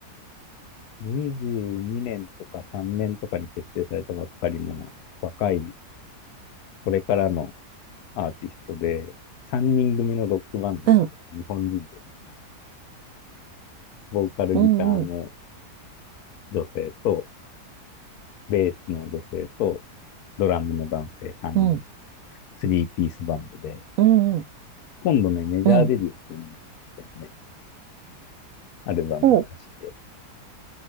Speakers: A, on the left (about 75°); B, on the right (about 70°).
A: 2022年とか3年とかに結成されたばっかりの若い、これからのアーティストで、3人組のロックバンドなんで、
B: うん、
A: 日本人でもちろん。ボーカルギターの
B: うん、うん、
A: 女性と、ベースの女性と、ドラムの男性3人、
B: うん、
A: 3ピースバンドで、
B: うん、
A: 今度ね、メジャーデビューするんだよね。
B: うん、
A: アルバム出して。
B: おう、